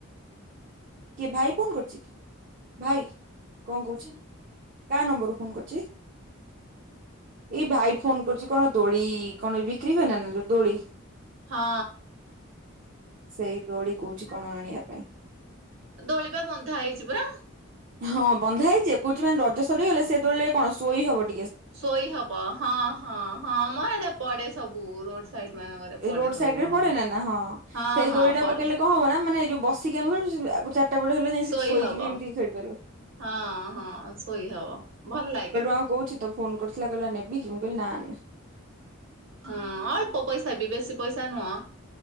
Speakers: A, on the right (about 40°); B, on the right (about 60°).
A: କିଏ ଭାଇ ଫୋନ କରୁଛି କି? ଭାଇ କଣ କହୁଛି କା ନମ୍ବରରୁୁ ଫୋନ କରୁଛି। ଏଇ ଭାଇ ଫୋନ କରୁଛି କଣ ଦୋଳି କଣ ଏ ବିକ୍ରି ହୁଏ ନା ନା ଯୋଉ ଦୋଳି।
B: ହଁ।
A: ସେଇ ଦୋଳି କହୁଛି କଣ ଆଣିବା ପାଇଁ।
B: ଦୋଳିବା ବନ୍ଧା ହେଇଛି ପରା।
A: ହଁ ବନ୍ଧା ହେଇଛି କହୁଛି ମାନେ ରଜ ସରିଗଲେ ସେ ଦୋଳିରେ କଣ ଶୋଇ ହବନ
B: ଶୋଇ ହବ ହଁ ହଁ ହଁ ମ ଏଟା ପଡେ ସବୁ ରୋଡ ସାଇଡ ମାନଙ୍କରେ ପଡେ
A: ଏ ରୋଡ
B: ସବୁ
A: ସାଇଡ୍‌ ରେ
B: ହଁ
A: ପଡେ ନା ନା ହଁ
B: ହଁ
A: ସେଇ
B: ହଁ
A: ଦୋଳି ଟା
B: ପଡେ
A: ପକେଇଲେ କଣ ହବ ନା ମାନେ ଯୋଉ ବସିକି ଆମେ ଚାର୍ଟା ବେଳେ ହେଲେ ଯାଇକି
B: ଶୋଇ
A: ସେଠି ଶୋଇକି
B: ହବ
A: ବି ଏମିତି ଖେଳିପାରିବୁ।
B: ହଁ ହଁ ଶୋଇ ହବ ଭଲ ଲାଗେ।
A: ହଁ କହୁଛି ତ ଫୋନ କରିଥିଲା କହିଲା ନେବି କି ମୁଁ କହିଲ ନା।
B: ହଁ ଅଳ୍ପ ପଇସା ବି ବେଶି ପଇସା ନୁହଁ।